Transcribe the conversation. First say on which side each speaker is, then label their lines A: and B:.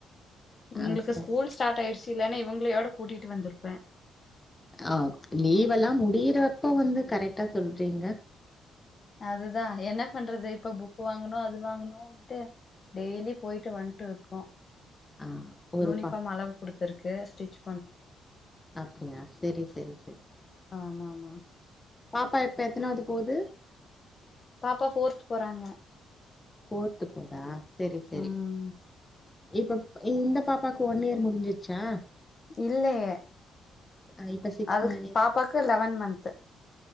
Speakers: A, on the left; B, on the left.
A: உங்களுக்கு
B: அப்றோ
A: ஸ்கூல் ஸ்டார்ட் ஆயிடுச் இல்லனா இவங்களையோட கூட்டிட்டு வந்திருப்பே
B: ஆ லீவெல்லா முடியறப்போ வந்து கரெக்டா சொல்றீங்க
A: அதுதான் என்ன பண்றது இப்ப புக் வாங்கணு அது வாங்கணும்ட்டு டெய்லி போய்ட்டு வன்ட்டு இருக்கோ
B: ஆ ஒருப்பா
A: யூனிஃபார்ம் அளவு குடுத் இருக்கு ஸ்டிட்ச்
B: அப்டியா செரி செரி செரி
A: ஆமா ஆமா
B: பாப்பா இப்ப எத்தனாவுது போகுது
A: பாப்பா ஃபோர்த் போறாங்க
B: ஃபோர்த்து போதா செரி செரி
A: ம்
B: இப்ப இந்த பாப்பாக்கு ஒன் இயர் முடிஞ்சிச்சா
A: இல்லையே
B: அஹ் இப்ப சிக்ஸ்
A: அதுக்கு
B: மந்த்
A: பாப்பாக்கு லெவன் மன்த்